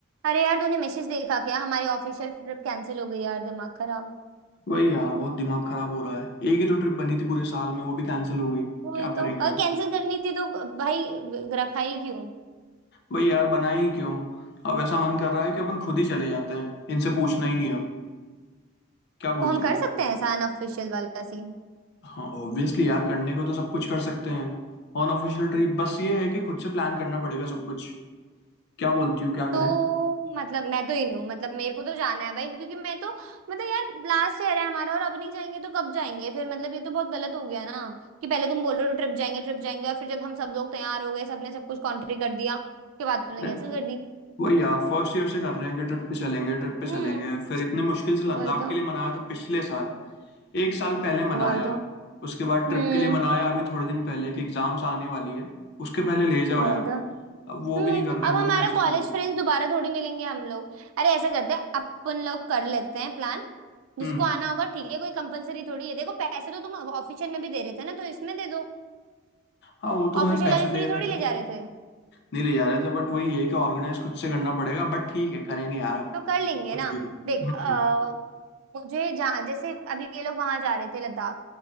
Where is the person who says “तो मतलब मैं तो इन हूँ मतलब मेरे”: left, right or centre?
Right